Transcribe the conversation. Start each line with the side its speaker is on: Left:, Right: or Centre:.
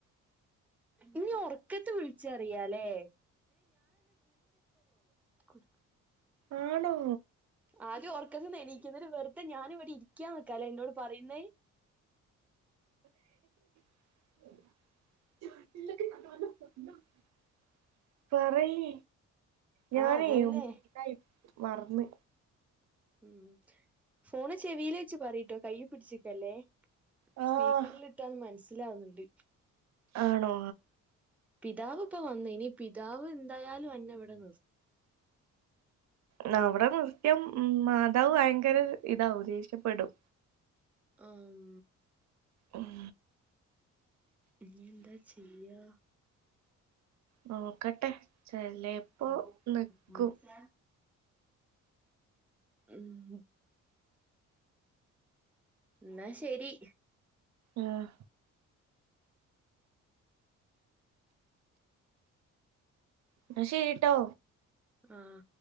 Centre: ഇനി ഒറക്കത്ത് വിളിച്ചറിയാലേ കൊട്
Right: ആണോ
Centre: ആദ്യം ഒർക്കത്തിന്ന് എണീക്ക് ന്നിട്ട് വെർതെ ഞാനിവിടെ ഇരി ക്ക്യാനിക്കാല്ലേ ഇന്നോട് പറയിന്നേയ്
Right: <inaudible> പറയീ ഞാനേയ്
Centre: ആഹ് അതന്നെ
Right: ഉം <unintelligible> മറന്ന്
Centre: ഉം ഫോണ് ചെവീല് വെച്ച് പറയ്ട്ടോ കയ്യ് പിടിച്ച്ക്കല്ലേ
Right: ആഹ്
Centre: സ്പീക്കറിലിട്ടാന്ന് മൻസ്സിലാവുന്നുണ്ട്
Right: ആണോ
Centre: പിതാവ് ഇപ്പൊ വന്നു ഇനിപ് പിതാവ് എന്തായാലും അന്ന ഇവടെ നിർ
Right: ന്നാ അവടെ നിർത്തിയാ ഉം മാതാവ് ഭയങ്കര ഇതാവും ദേഷ്യപ്പെടും
Centre: ആം
Right: ഉം
Centre: ഇനിയെന്താ ചെയ്യാ
Right: നോക്കട്ടെ ചെലേപ്പൊ
Centre: ഹലോ
Right: നിക്കും
Centre: ഗുഡ് മോർണിംഗ് സാർ ഉം ന്നാ ശരി
Right: ആഹ് ന്നാ ശരീട്ടോ
Centre: ആഹ്